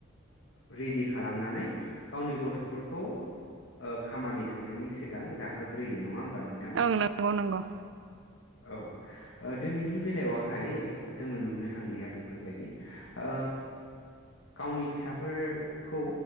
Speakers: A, on the left; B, on the right.
A: रेडि खालामनानै गावनि गथ'फोरखौ ओ खामानि थांनायनि सिगां जाहोग्रोयो नङा होमबा नोंथां
B: ओं नंगौ नंगौ
A: औ। ओ दिनैनि बेलायावहाय जोङो नुनो थांलिया बेफोरबायदि ओ गावनि फिसा फोरखौ